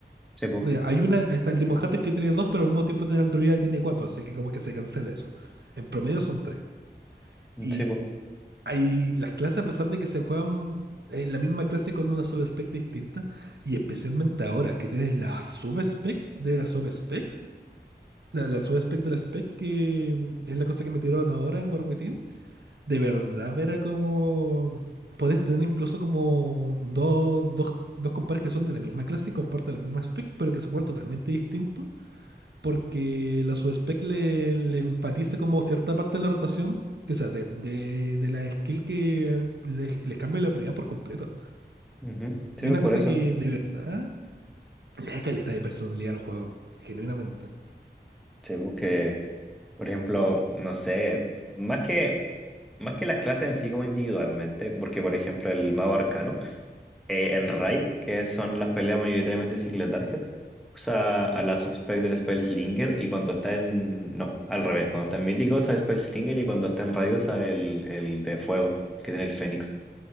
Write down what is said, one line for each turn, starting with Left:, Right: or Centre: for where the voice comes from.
Centre: Sí, pues,
Right: o sea Hay una, está el Demon Hunter que tiene dos, pero al mismo tiempo tiene el Druida que tiene cuatro, así que como que se cancela eso. En promedio son tres. Y
Centre: sí, pues,
Right: hay las clases, a pesar de que se juegan en la misma clase con una subspec distinta, y especialmente ahora que tienes la subspec de la subspec, la, la subspec de la spec, que mm, es la cosa que me tiraron ahora en War Within De verdad, era como... Podés tener incluso como dos, dos, dos compadres que son de la misma clase y comparten la misma spec, pero que se juegan totalmente distintos, porque la subspec le, le enfatiza como cierta parte de la rotación, que sea, de, de, de la skill que les, les cambia la prioridad por completo.
Centre: ujú, sí,
Right: Y
Centre: pues,
Right: una
Centre: por
Right: cosa
Centre: eso.
Right: que de verdad le da caleta de personalidad al juego, genuinamente.
Centre: Sí, pues que, por ejemplo, no sé, más que, más que las clases en sí como individualmente, porque por ejemplo el mago arcano. Eh, en Raid, que son las peleas mayoritariamente single target, usa a la subspec del Spellslinger y cuando está en... No, al revés. Cuando está en mítico usa Spellslinger y cuando está en Raid usa el, el de fuego, el que tiene el Fénix.